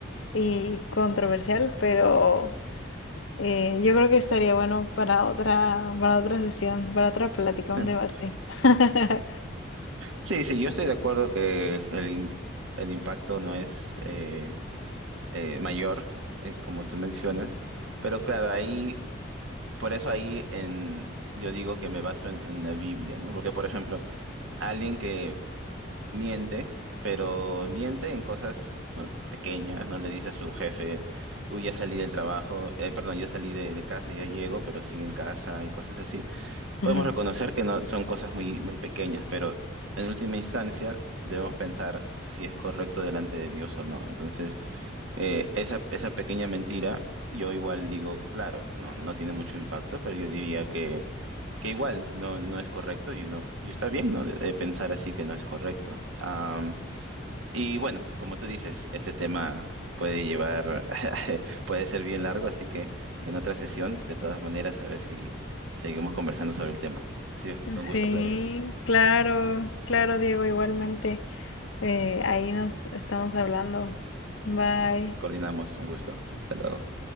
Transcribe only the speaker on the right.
<laughs>
Sí, sí, yo estoy de acuerdo que el, im- el impacto no es eh, eh, mayor, eh, como tú mencionas, pero claro, ahí, por eso ahí en, yo digo que me baso en, en la Biblia, ¿no? Porque, por ejemplo, alguien que miente, pero miente en cosas ¿no? pequeñas, no le dice a su jefe, uy, ya salí del trabajo, eh, perdón, ya salí de, de casa, ya llego, pero sigue en casa y cosas así.
Podemos reconocer que no son cosas muy, muy pequeñas, pero en última instancia debemos pensar si es correcto delante de Dios o no. Entonces, eh, esa, esa pequeña mentira, yo igual digo, claro, no, no tiene mucho impacto, pero yo diría que que igual no, no es correcto y uno y está bien, ¿no? De- de pensar así que no es correcto. Am, y bueno, como tú dices, este tema puede llevar, <laughs> puede ser bien largo, así que en otra sesión, de todas maneras, a ver si seguimos conversando sobre el tema. Ha sido
un
gusto, Claudia.
Coordinamos, un gusto. Hasta luego.